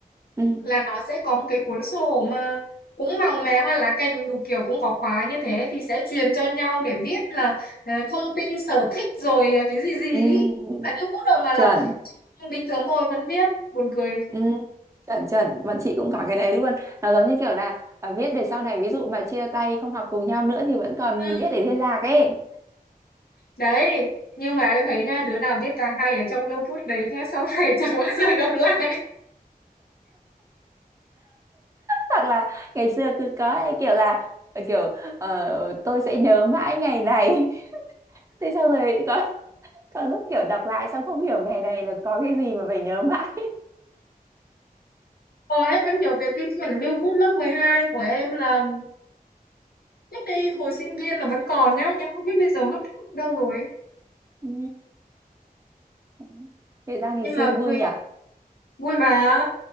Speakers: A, on the right; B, on the left.
A: Ừ,
B: là nó sẽ có một cái cuốn sổ mà cũng màu mè hoa lá cành đủ kiểu cũng có khóa như thế thì sẽ truyền cho nhau để viết là ờ, thông tin sở thích rồi ờ, cái gì gì
A: ừ,
B: ý. Không phải lưu bút đâu mà là
A: chuẩn.
B: trong- bình thường thôi vẫn viết buồn cười
A: Ừ, chuẩn chuẩn, bọn chị cũng có cái đấy luôn. Nó giống như kiểu là à, viết để sau này ví dụ mà chia tay không học cùng nhau nữa thì vẫn còn
B: Ừm,
A: viết để liên lạc ấy.
B: đấy nhưng mà em thấy nha đứa nào viết càng hay ở trong lưu bút đấy nhá sau này <laughs> chẳng bao giờ gặp lại
A: hoặc là ngày xưa cứ có cái kiểu là ờ, kiểu ờ, tôi sẽ nhớ mãi ngày này <laughs> thế xong rồi có có lúc kiểu đọc lại xong không hiểu ngày này là có cái gì mà phải nhớ mãi
B: còn em vẫn nhớ cái cái quyển lưu bút lớp 12 của em là lúc đi hồi sinh viên là vẫn còn nhá nhưng không biết bây giờ mất đâu rồi ấy.
A: Ừ. <laughs> kể ra ngày
B: nhưng
A: xưa
B: mà
A: vui
B: vui
A: nhỉ
B: vui mà